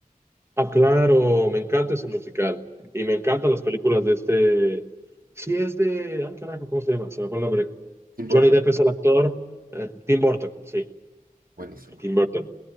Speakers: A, on the right (about 20°); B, on the right (about 80°).
A: Ah, claro, me encanta ese musical. Y me encantan las películas de este. Sí, es de. Ay, carajo, ¿cómo se llama? Se me fue el nombre.
B: ¿Te importa?
A: Johnny Depp es el actor. Eh, Tim Burton, sí,
B: Buenísima.
A: Tim Burton.